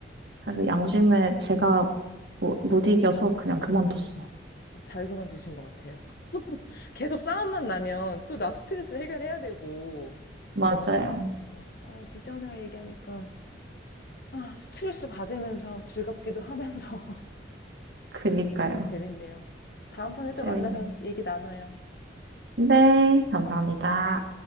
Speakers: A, on the right; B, on the left.
A: 그래서 양심에 제가 뭐, 못 이겨서 그냥 그만뒀어요
B: 아, 잘 그만두신 것 같아요. <laughs> 계속 싸움만 나면 또 나 스트레스 해결해야 되고.
A: 맞아요
B: 그렇죠. 아, 직장 생활 얘기하니까 아, 스트레스 받으면서 즐겁기도 하면서 <laughs>
A: 그니까요
B: 재밌네요. 다음번에 또
A: 재밌네
B: 만나서 얘기 나눠요.
A: 네 감사합니다